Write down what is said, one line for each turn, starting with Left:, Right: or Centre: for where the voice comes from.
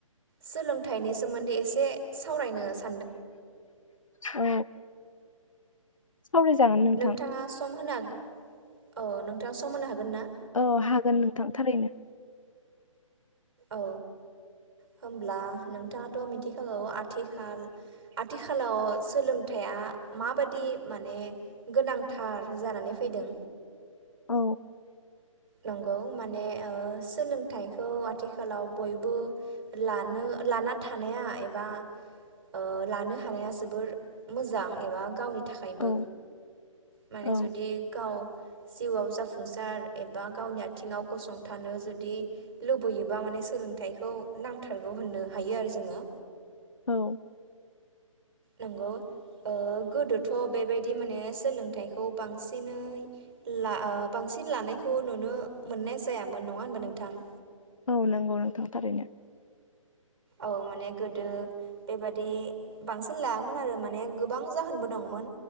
Right: सोलोंथाइनि सोमोन्दै एसे सावरायनो सान
Left: औ सावरायजागोन नोंथां
Right: नोंथाङा सम होनो हाग औ नोंथाङा सम हानो हागोनना
Left: औ हागोन नोंथां थारैनो।
Right: औ होमब्ला नोंथाङाथ' मिथिखागौ आथिखाल आथिखालाव सोलोंथाइया माबादि माने गोनांथार जानानै फैदों।
Left: औ
Right: नंगौ माने ओ सोलोंथाइखौ आथिखालाव बयबो लानो लाना थानाया एबा ओ लानो हानाया जोबोर मोजां एबा गावनि थाखायबो
Left: औ
Right: माने
Left: औ
Right: जुदि गाव जिउआव जाफुंसार एबा गावनि आथिङाव गसंथानो जुदि लुबैयोबा माने सोलोंथाइखौ नांथारगौ होननो हायो आरो जोङो।
Left: औ
Right: नंगौ ओ गोदोथ' बेबायदि माने सोलोंथाइखौ बांसिनै ला ओ बांसिन लानायखौ नुनो मोननाय जायामोन नङा होनबा नोंथां
Left: औ नंगौ नोंथां थारैनो
Right: औ माने गोदो बेबादि बांसिन लायामोन आरो माने गोबां जाहोनबो दंमोन